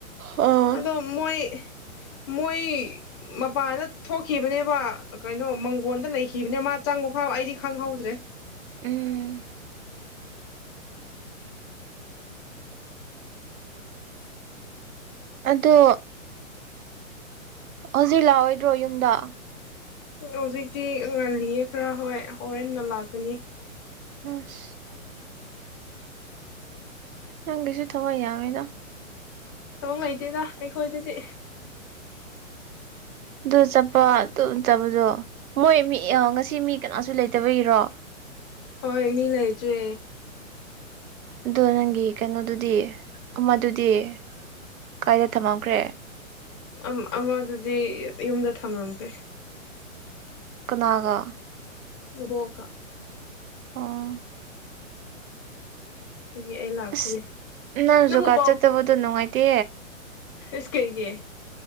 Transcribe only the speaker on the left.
ꯑꯗꯣ ꯃꯣꯏ ꯃꯣꯏ ꯃꯄꯥꯟꯗ ꯊꯣꯛꯈꯤꯕꯅꯦꯕ ꯀꯩꯅꯣ ꯃꯪꯒꯣꯟꯗ ꯂꯩꯈꯤꯕꯅꯦ ꯃꯥ ꯆꯪꯕ ꯐꯥꯎ ꯑꯩꯗꯤ ꯈꯪꯍꯧꯗ꯭ꯔꯦ
ꯍꯧꯖꯤꯛꯇꯤ ꯉꯜꯂꯤꯌꯦ ꯈꯔ ꯍꯣꯏ ꯍꯣꯔꯦꯟꯅ ꯂꯥꯛꯀꯅꯤ
ꯊꯕꯛ ꯂꯩꯇꯦꯗ ꯑꯩꯈꯣꯏꯗꯗꯤ
ꯍꯣꯏ ꯃꯤ ꯂꯩꯇ꯭ꯔꯦ
ꯑꯝ ꯑꯃꯗꯨꯗꯤ ꯌꯨꯝꯗ ꯊꯝꯃꯝꯈ꯭ꯔꯦ
ꯏꯕꯣꯛꯀꯥ
ꯑꯗꯨꯒꯤ ꯑꯩ ꯂꯥꯛꯄꯅꯦ
ꯅꯪꯕꯨ
ꯏꯁ ꯀꯩꯒꯤ